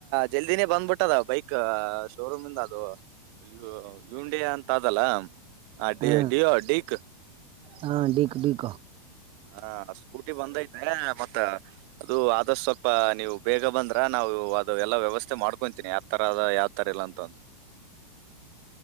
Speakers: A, on the right; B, on the right.
A: ಜಲ್ದಿನೇ ಬಂದ್ಬಿಟ್ಟದ ಬೈಕ್ ಶೋರೂಮ ಇಂದ ಅದು ಇ ಇಂಡಿಯಾ ಅಂತ ಅದಲ್ಲ ಆ
B: ಹಾ
A: ಡಿಯೋ ಡಿೀಕ್.
B: ಹಾ ಡಿಕ್ ಡಿಕ್
A: ಹಾ ಸ್ಕೂಟಿ ಬಂದೈತೆ ಮತ್ತ ಅದು ಆದಷ್ಟ ಸ್ವಲ್ಪ ನೀವ್ ಬೇಗ ಬಂದ್ರ ನಾವು ಅದುಲ್ಲ ವ್ಯವಸ್ಥೆ ಮಾಡ್ಕೊಂತೀನಿ ಯಾವ್ ತರ ಅದ ಯಾವ್ ತರ ಇಲ್ ಅಂತ್